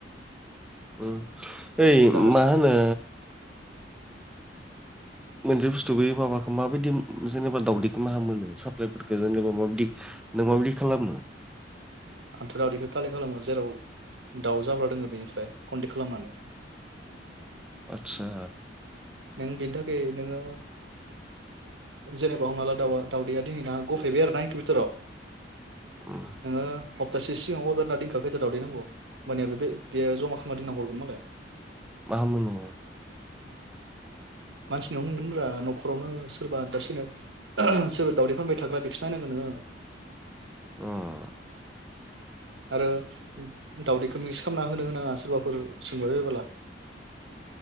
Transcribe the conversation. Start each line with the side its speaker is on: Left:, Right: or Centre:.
Centre: उम ओइ
Right: हारसिं
Centre: मा होनो मोनसे बुस्थु बे माबाखौ माबायदि जेनेबा दावउदैखौ मा मोनो साप्लायफोरखौ जेनेबा माबायदि नों माबायदि खालामो
Right: आंथ' दावदैखौ कालेक्ट खालामो जेराव दाउ जाब्रा दोङो बेनिफ्राय कन्टेक्ट खालामनानै <inaudible>
Centre: आतसा
Right: नों बे थाखाय नोङो जेनेबा हमनाला दाउ दावदैया दिनैनना गफैबाय आरो ना इक बिथटोराव
Centre: उम
Right: नोंङो हप्तासे सिगाङाव अर्दार होनना दिंखा खैदा दावदैनांगौ मोनया बे बेयो जमा खालामना होनना हरगोन मालाय
Centre: मा मोनो
Right: मानसिनावनो मोनगोनब्रा न'खरावनो सोरबा दा सोरनि सोरबा दावदै फानबाय थाग्रा बेखौ नोंङो
Centre: उम
Right: आरो दावदैखौ मिक्स खालामना होनो होनाङा सोरबाफोर सोंबबाय बयबोला <inaudible>